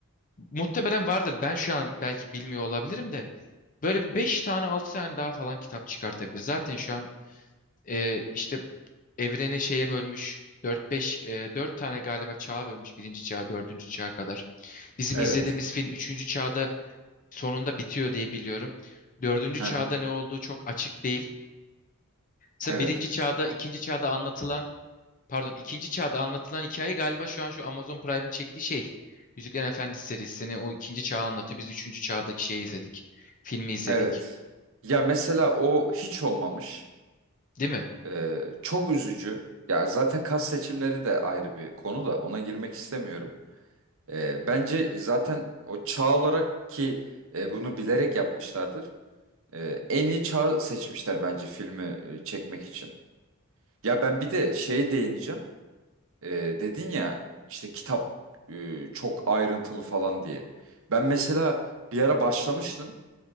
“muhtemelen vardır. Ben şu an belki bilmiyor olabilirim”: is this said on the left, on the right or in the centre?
Left